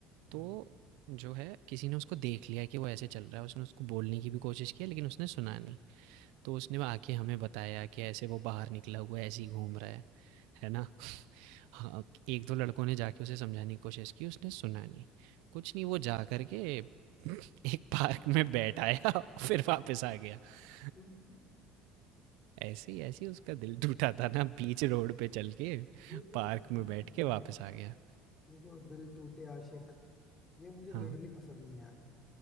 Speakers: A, on the left (about 30°); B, on the right (about 80°).
A: हाँ,
B: तो जो है किसी ने उसको देख लिया है कि वो ऐसे चल रहा है उसने उसको बोलने की भी कोशिश की है लेकिन उसने सुना नहीं तो उसने आके हमें बताया कि ऐसे वो बाहर निकला हुआ है, ऐसे ही घूम रहा है। है ना? <laughs> हाँ, 1-2 लड़कों ने जाके उसे समझाने की कोशिश की, उसने सुना नहीं। कुछ नहीं, वो जा कर के <laughs> एक पार्क में बैठ आया, <laughs> फिर वापस आ गया। <laughs>
A: क्यों
B: ऐसे ही ऐसे ही उसका दिल टूटा था ना बीच रोड पे चल के,
A: ये जो
B: पार्क
A: गाने
B: में बैठ
A: बोलते
B: के
A: हैं
B: वापस
A: ना
B: आ गया।
A: ये जो दिल टूटे आशिक ये मुझे
B: हाँ,
A: लिटरली पसंद नहीं है यार